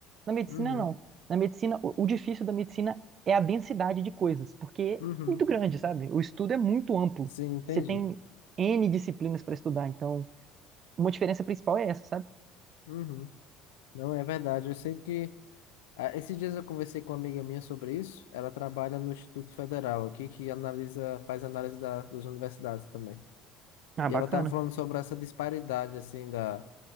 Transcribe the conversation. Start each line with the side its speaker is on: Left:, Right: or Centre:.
Right: Na medicina,
Left: Uhum.
Right: não. Na medicina, o, o difícil da medicina é a densidade de coisas, porque
Left: Uhum.
Right: é muito grande, sabe? O estudo é muito amplo.
Left: Sim, entendi.
Right: Você tem N disciplinas para estudar, então uma diferença principal é essa, sabe?
Left: Uhum. Não, é verdade. Eu sei que ah, esses dias eu conversei com uma amiga minha sobre isso. Ela trabalha no Instituto Federal aqui, que analisa, faz análise da, das universidades também.
Right: Ah,
Left: E
Right: bacana.
Left: ela estava falando sobre essa disparidade, assim, da,